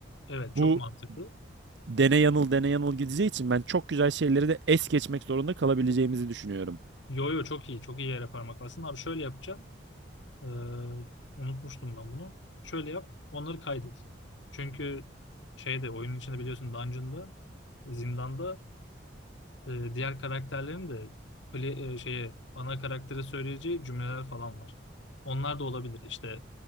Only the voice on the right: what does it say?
bu
dene yanıl dene yanıl gideceği için ben çok güzel şeyleri de es geçmek zorunda kalabileceğimizi düşünüyorum.